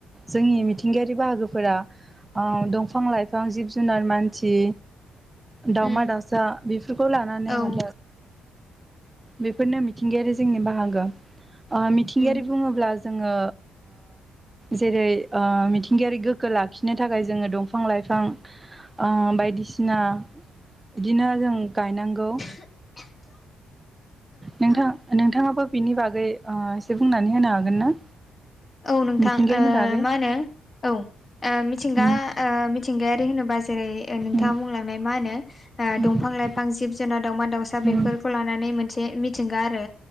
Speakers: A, on the right (about 15°); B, on the left (about 35°).
A: जोंनि मिथिंगायारि बाहागोफोरा दंफां लाइफां जिब जुनार मानसि दावमा
B: उम
A: दाउसा बेफोरखौ लानानै
B: औ
A: म बेफोरनो मिथिंगायारि जोंनि बाहागो मिथिंगायारि
B: उम
A: बुङोब्ला जोङो जेरै मिथिंगायारि गोगो लाखिनो थाखाय जोङो दंफां लाइफां ओ बायदिसिना बिदिनो जों गायनांगौ।
B: <inaudible>
A: नोंथां नोंथाङाबो बिनि बागै ओ एसे बुंनानै होनो हागोन ना?
B: औ नोंथां
A: मिथिंगानि
B: ओ
A: बागै
B: मा होनो औ ओ मिथिंगा
A: उम
B: ओ मिथिंगायारि होनोबा जेरै नोंथाङा
A: उम
B: बुंलांनाय मा होनो ओ
A: उम
B: दंफां
A: उम
B: लाइफां जिब जोंना दाावमा दाउसा बेफोरखौ
A: उम
B: लानानै मोनसे मिथिंगा आरो